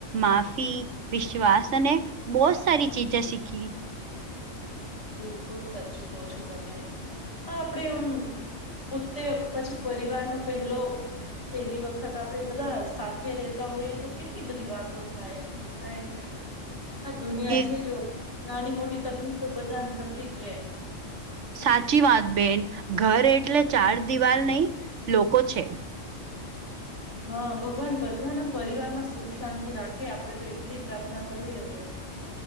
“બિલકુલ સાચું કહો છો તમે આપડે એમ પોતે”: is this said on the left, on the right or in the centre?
Left